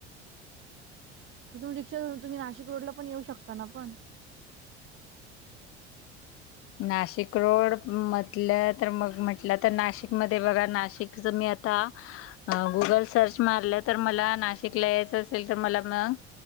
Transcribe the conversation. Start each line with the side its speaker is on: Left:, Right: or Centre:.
Right: तिथून रिक्षा धरून तुम्ही नाशिक रोडला पण येऊ शकताना पण
Left: नाशिक रोड म्हटलं तर मग म्हटलं तर नाशिकमध्ये बघा नाशिकच मी आता गुगल सर्च मारलं तर मला नाशिकला यायचं असेल तर मला मग